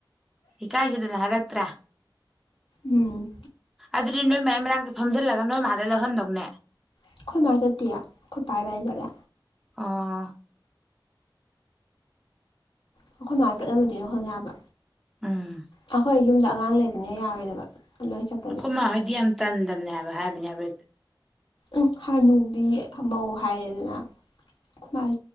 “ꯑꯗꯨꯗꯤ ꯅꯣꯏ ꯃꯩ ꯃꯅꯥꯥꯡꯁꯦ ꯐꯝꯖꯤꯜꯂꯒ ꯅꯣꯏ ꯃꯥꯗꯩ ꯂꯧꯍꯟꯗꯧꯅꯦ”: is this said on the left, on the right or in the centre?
Centre